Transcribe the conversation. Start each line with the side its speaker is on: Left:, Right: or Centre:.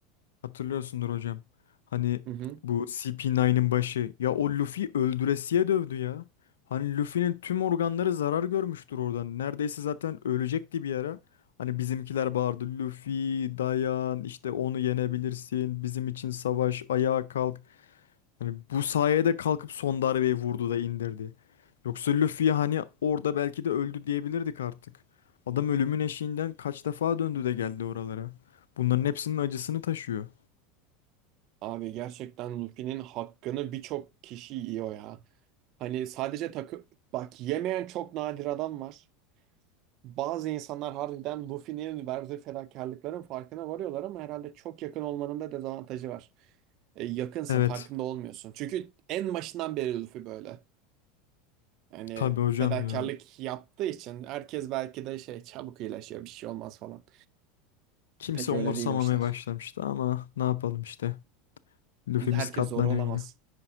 Left: Hatırlıyorsundur hocam. Hani
Right: Hı hı.
Left: bu CP9'ın başı. Ya o Luffy öldüresiye dövdü ya. Hani Luffy'nin tüm organları zarar görmüştür oradan. Neredeyse zaten ölecekti bir ara. Hani bizimkiler bağırdı. Luffy dayan işte onu yenebilirsin. Bizim için savaş ayağa kalk. Hani bu sayede kalkıp son darbeyi vurdu da indirdi. Yoksa Luffy hani orada belki de öldü diyebilirdik artık. Adam ölümün eşiğinden kaç defa döndü de geldi oralara. Bunların hepsinin acısını taşıyor.
Right: Abi gerçekten Luffy'nin hakkını birçok kişi yiyor ya. Hani sadece takı... Bak yemeyen çok nadir adam var. Bazı insanlar harbiden Luffy'nin verdiği fedakarlıkların farkına varıyorlar ama herhalde çok yakın olmanın da dezavantajı var. E, yakınsın
Left: Evet,
Right: farkında olmuyorsun. Çünkü en başından beri Luffy böyle. Yani
Left: tabii hocam
Right: fedakarlık
Left: ya.
Right: yaptığı için herkes belki de şey çabuk iyileşiyor bir şey olmaz falan.
Left: Kimse
Right: Pek
Left: umursamamaya
Right: öyle değil o işler.
Left: başlamıştı ama ne yapalım işte. Lüfimiz
Right: Herkes
Left: katlanıyor
Right: zor olamaz.
Left: yine.